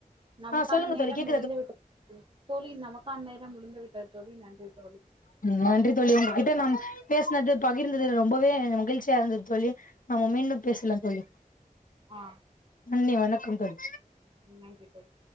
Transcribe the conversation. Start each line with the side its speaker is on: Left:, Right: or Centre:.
Right: நமக்கான
Left: ஆ சொல்லுங்க
Right: நேரம்
Left: தோழி கேக்
Right: முடிந்து விட்டது தோழி நமக்கான நேரம் முடிந்து விட்டது தோழி நன்றி தோழி
Left: நன்றி தோழி உங்கிட்ட நாம் பேசுனது பகிர்ந்தது ரொம்பவே மகிழ்ச்சியா இருந்தது தோழி நம்ம மீண்டும் பேசலா தோழி
Right: ஆ
Left: நன்றி வணக்கம் தோழி
Right: ம் நன்றி தோழி